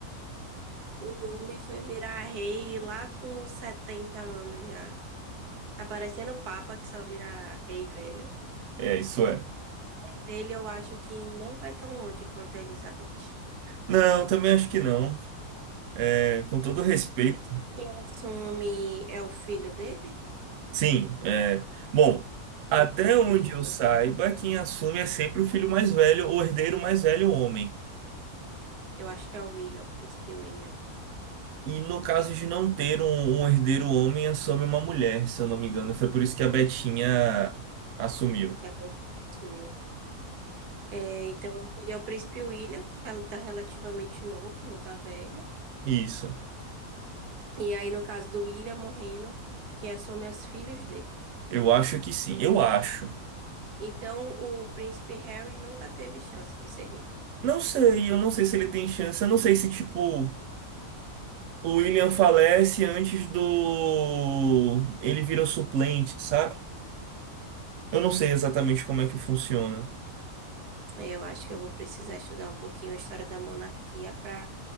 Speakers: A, on the right (about 85°); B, on the right (about 65°).
A: O homem foi virar rei lá com 70 anos já. Tá parecendo o Papa que só vira rei velho.
B: É, isso é.
A: Mas ele eu acho que não vai tão longe quanto a Elizabeth.
B: Não, também acho que não. É, com todo respeito.
A: Quem assume é o filho dele?
B: Sim, é. Bom, até
A: O
B: onde
A: Will.
B: eu saiba, quem assume é sempre o filho mais velho, o herdeiro mais velho, o homem.
A: Eu acho que é o William, o príncipe William,
B: E no caso de não ter um, um herdeiro homem, assume uma mulher, se eu não me engano. Foi por isso que a Betinha assumiu.
A: que a Betinha assumiu. É, então, esse seria o príncipe William, ela tá relativamente novo, não tá velho.
B: Isso.
A: E aí, no caso do William morrendo, quem assume é os filhos dele.
B: Eu acho que sim. Eu acho.
A: Então, o príncipe Harry nunca teve chance de ser rei.
B: Não sei, eu não sei se ele tem chance. Eu não sei se, tipo, o William falece antes do. Ele vira o suplente, sabe? Eu não sei exatamente como é que funciona.
A: É, eu acho que eu vou precisar estudar um pouquinho a história da monarquia para